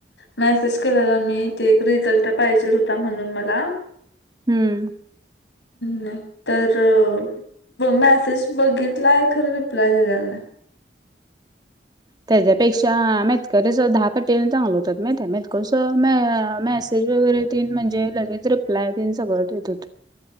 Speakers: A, on the left (about 90°); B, on the right (about 25°).
A: मेसेज केलेला मी ते एक रिझल्ट पाहिजेल होता म्हणून मला.
B: हम्म.
A: नाही तर. प मेसेज बघितला आहे खरं रिप्लाय दिलेला नाही.
B: त्याच्यापेक्षा मेतकरे सर दहा पटीन चांगलं होतात माहिताय मेतकरे सर मे मॅ मेसेज वगैरे. तीन म्हणजे लगेच रिप्लाय तेन सगळ ठेवत्यात.